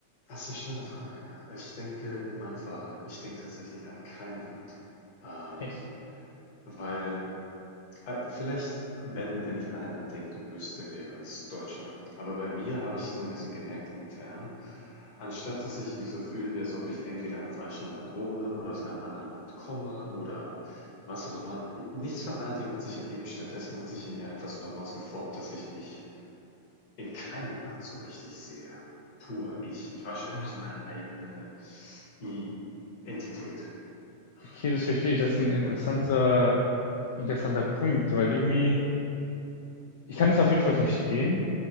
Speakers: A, on the left; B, on the left.
A: Das ist eine schöne Frage. Ich denke in meinem Fall, ich denke tatsächlich an kein Land. Ähm,
B: Echt?
A: weil, äh, vielleicht, wenn, wenn ich an ein Land denken müsste, wäre es Deutschland. Aber bei mir habe ich so ein bisschen gemerkt intern, Anstatt dass ich mich so fühle, wie als ob ich entweder im falschen Land wohne oder aus einem anderen Land komme oder was auch immer. Nichts von all dem hat sich ergeben. Stattdessen hat sich in mir einfach so herausgeformt, dass ich mich in keinem Land so richtig sehe. Pur ich. Ich war schon immer so meine eigene I Entität.
B: Okay, das verstehe ich. Das ist ein interessanter, interessanter Punkt, weil irgendwie, ich kann das auf jeden Fall verstehen,